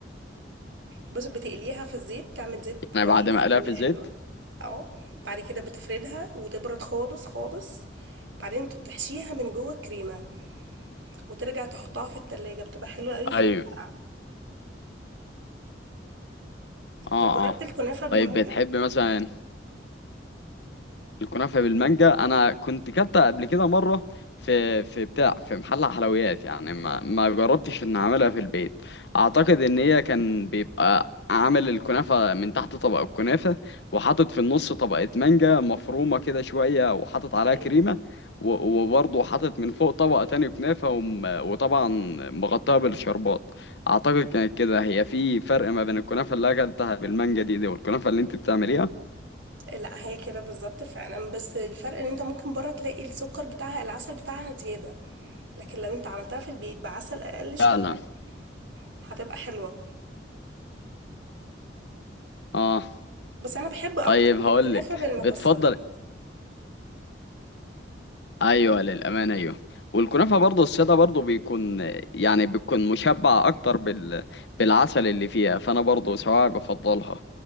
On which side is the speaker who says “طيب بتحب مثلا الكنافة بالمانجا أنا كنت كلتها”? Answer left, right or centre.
Left